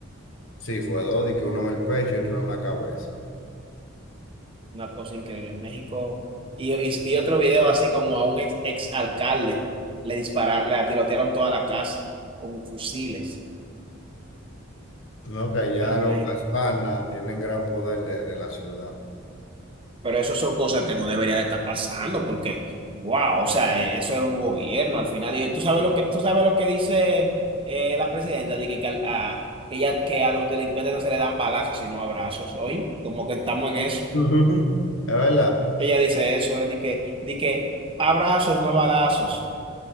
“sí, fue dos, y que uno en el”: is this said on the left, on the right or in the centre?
Left